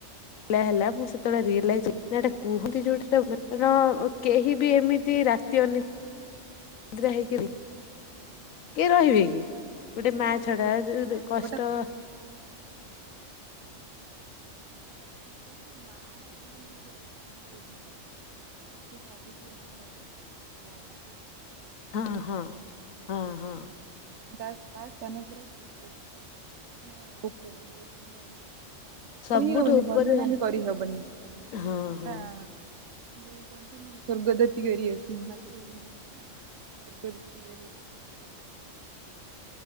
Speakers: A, on the left; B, on the right.
A: ଲା ହେଲା ମୁଁ ସେ ତଳେ ରିଏଲାଇଜ ନେଇ ଏଟା କୁହନ୍ତି ଯୋଉଠି ଟା ମା ଆନ
B: ହଁ
A: ଉ କେହି ବି ଏମିତି ରାତି ଅନି ଦ୍ରା ହେଇକିରି କିଏ
B: ହଁ।
A: ରହିବେ କି ଗୋଟେ
B: ମାନେ
A: ମା ଛଡ଼ା ଯେ
B: ନାଇଁ
A: ଦୁ କଷ୍ଟ
B: ଗୋଟେ କଥା ଏଇଟା କଥା ହେଲେ କି ମାଆର ମାନେ ଯୋ ସ୍ଥାନ କେହି ନେଇପାରିବେନି। ଇ ସବୁଠି ମାନେ ଓପେରେ ନା ଆଗେରେ।
A: ହଁ ହଁ ହଁ ହଁ।
B: ଦାଶ୍ ପା ସ୍ଥାନ ଉପରେ <inaudible> ନେ ଉପରେ ବହୁତ ମାନେ
A: ସବୁଠୁ
B: କହି ହବନି
A: ଉପରେ
B: ବର୍ଣ୍ଣନା ବି କରିହବନି। ଯୋଉ
A: ହଁ ହଁ
B: କହନ୍ତିନି ସ୍ଵର୍ଗଦପି ଗରିୟସୀ ମାତୃଭୂମି ହଁ। ସ୍ବର୍ଗଦପି ଗରିଅସୀ ଗୋଟେ ଥାଏ